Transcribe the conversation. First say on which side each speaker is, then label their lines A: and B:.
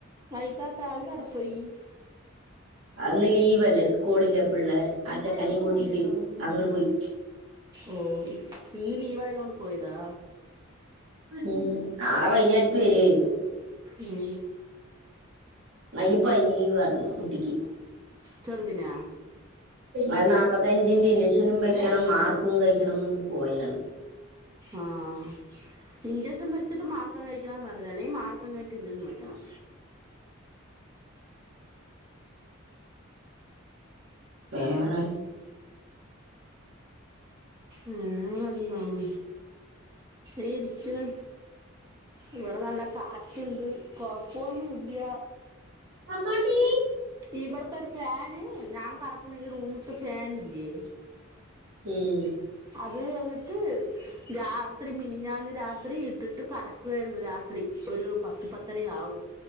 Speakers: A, on the right; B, on the right.
A: വൈത്താത്ത അവര് എവിടെ പോയി
B: അന്ന് ലീവ് അല്ലേ സ്കൂളില്ല പിള്ളേ ആ ചെക്കനേയും കൂട്ടീട്ട് അങ്ങട്ട് പോയി
A: ഓഹ് ഇ ഇന്ന് ലീവായതൊണ്ട് പോയതാ
B: ഉം നാളെ വൈന്നേരത്ത് വരുആയാരിക്കും
A: ഉം
B: അയിന് പനി പറണു കുട്ടിക്ക്
A: ചെറുതിനാ
B: അത് നാല്പ്പത്തഞ്ചിന്റെ ഇൻചക്ഷനും വെക്കണം മാർക്കും കഴിക്കണം പറഞ്ഞുട്ട് പോയാണ്
A: ആഹ് ഇൻജക്ഷൻ വെച്ചിട്ട് മാർക്ക കഴിക്കണം നല്ലത് അല്ലെങ്കിൽ മാർക്കം കഴിട്ട് ഇഞ്ചഷൻ വെക്കണം
B: വേറെ
A: ഉം ന്നെ എന്താണ് ഈ ഇരിക്കണ് ഇവിടെ നല്ല കാറ്റുണ്ട് കൊഴപ്പൊന്നും ഇല്ല്യ
B: അമ്മാണ്ടി
A: ഇവിടത്തെ ഒരു ഫാന് ഞാൻ കടക്കണ ഈ റൂമ്ത്തെ ഫാനില്ലേ
B: ഉം
A: അത് വന്നിട്ട് രാത്രി മിനിഞ്ഞാന്ന് രാത്രി ഇട്ടിട്ട് കടക്കുവായിരുന്നു രാത്രി ഒരു പത്ത് പത്ത് പത്തര ആവും